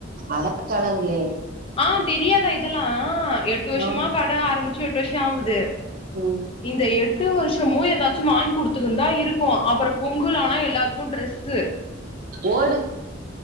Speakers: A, on the right; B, on the left.
A: அட கடவுளே
B: ஆ தெரியாதா இதுல்லா எட்டு வருஷமா
A: ஆஹா
B: கட ஆரம்பிச்சு எட்டு வருஷோ ஆவுது
A: ம்
B: இந்த எட்டு வருஷமு எதாச்சு வாங்கி குடுத்துக்குன் தா இருக்கோ அப்றோ பொங்கல் ஆனா எல்லாருக்கூ ட்ரெஸ்ஸு
A: ஓடு